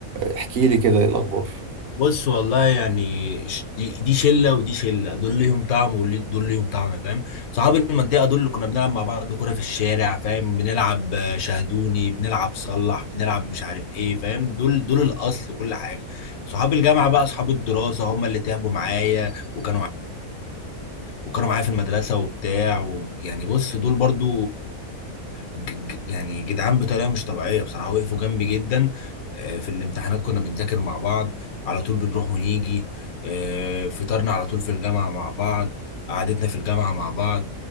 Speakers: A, on the right; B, on the left.
A: احكي لي كده ايه الاخبار
B: بص والله يعني ش- دي دي شله ودي شله دول ليهم طعم ودول ليهم طعم فاهم صحاب المنطقه دول اللي كنا بنلعب مع بعض كوره في الشارع فاهم بنلعب آه، شاهدوني بنلعب صلح بنلعب مش عارف ايه فاهم دول دول الاصل كل حاجه صحاب الجامعه بقى صحاب الدراسه هم اللي تعبوا معايا وكانوا وكانوا معايا في المدرسة وبتاع ويعني بص دول برضو ج... ج- يعني جدعان بطريقة مش طبيعية بصراحة وقفوا جنبي جدا آه، في الامتحانات كنا بنذاكر مع بعض على طول بنروح ونيجي آه، فطرنا على طول في الجامعة مع بعض قعدتنا في الجامعة مع بعض